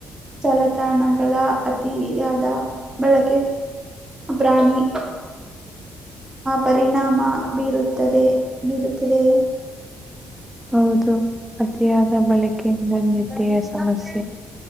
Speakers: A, on the right; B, in the centre.
A: ಜಾಲತಾಣಗಳ ಅತಿಯಾದ ಬಳಕೆ ಅ ಪ್ರಾಣಿ ಆ ಪರಿಣಾಮ ಬೀರುತ್ತದೆ ಬೀರುತ್ತದೆಯೇ
B: ಹೌದು ಅತಿಯಾದ ಬಳಕೆಯಿಂದ ನಿದ್ದ ಕಸ